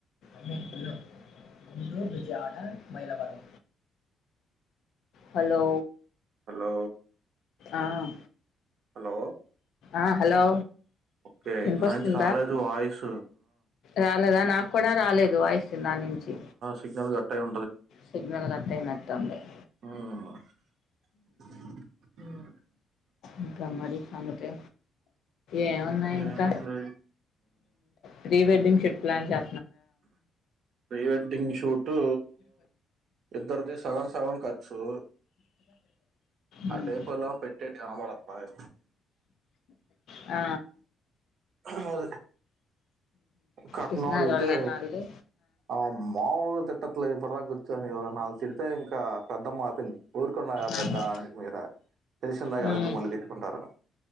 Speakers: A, on the left; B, on the right.
A: <unintelligible> గుంటూరు విజయడ మైలవరం హలో
B: హలో
A: ఆవు
B: హలో
A: ఆ హలో
B: ఓకే
A: వినిపిస్తుందా
B: న చాలజ వయిసు
A: రాలేదా నాకు కూడా రాలేదు వాయిస్ వచ్చ దా నుంచి
B: సిగ్నల్ కట్ అయి
A: సిగ్నల్ కట్ట అయినట్టు తమ్ే
B: ఆ
A: <unintelligible> <inaudible> ఇంకా మరి అందుకే ఏమున్నాయి
B: ఏముంది
A: ఇంకా ప్రీ వెడ్డింగ్ షిఫట్ ప్లాన్ చేస్త
B: ప్రీవెడ్డింగ్ ని ఇటు ఇద్దరిది సగన్ సగన్ ఖర్చు ఆ
A: ఉమ్.
B: టేపులా పెట్టేటిటు కనపడ అదే
A: ఆ
B: అదే కట్న
A: పిసినారి
B: అడిగితే
A: వాళ్ళేనా ఆళ్ళు?
B: ఆ మాముూలు తిట్టట్లు ఇప్పు కూర్చొని నాలుగు తిడితే ఇంకా పెద్దమ్ మా ఆపింది ఊరుకున్నా
A: ఆహా!
B: పెద్ద మీ తెలిసందా కదా
A: హ్మ్.
B: ఎందుకు మళ్ళీ తిట్టుకుంటారట